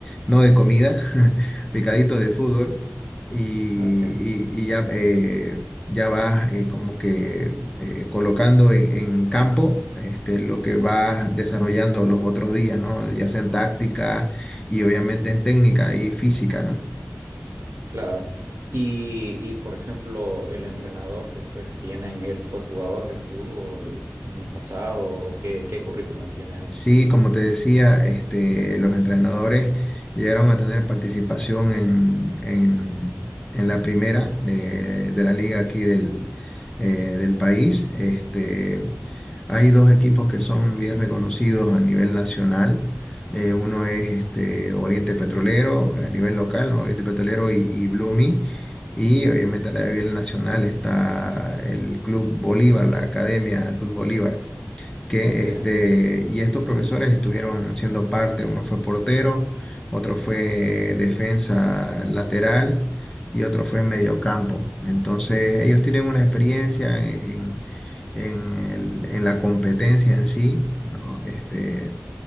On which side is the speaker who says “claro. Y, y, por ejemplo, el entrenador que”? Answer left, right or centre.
Right